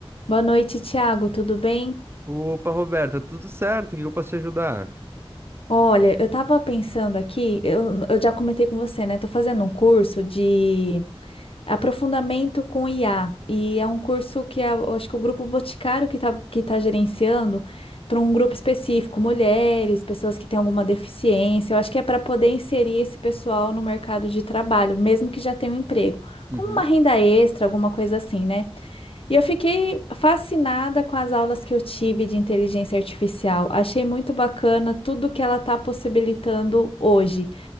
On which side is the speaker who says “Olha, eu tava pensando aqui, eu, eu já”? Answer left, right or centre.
Left